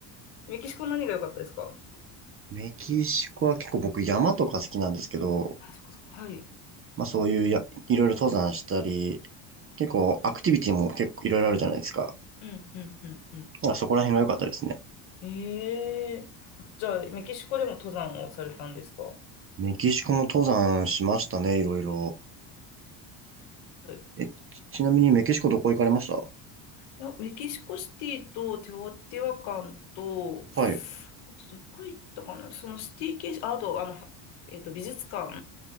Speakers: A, on the left (about 70°); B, on the right (about 30°).
A: メキシコ何が良かったですか
B: メキシコは結構僕山とか好きなんですけど、
A: あ、そっかそっか。はい。
B: まあそういうや、いろいろ登山したり、結構、アクティビティも結構いろいろあるじゃないですか。
A: うん、うん、うん、うん。
B: なんかそこら辺が良かったですね。
A: ええじゃあ、メキシコでも登山をされたんですかは
B: メキシコも登山しましたね、いろいろ。
A: い
B: え、ちちなみにメキシコどこ行かれました
A: いやメキシコシティとテオティワカンと、
B: はい。
A: あとどこ行ったかなそのシティ系、ああと、あの、はえっと、美術館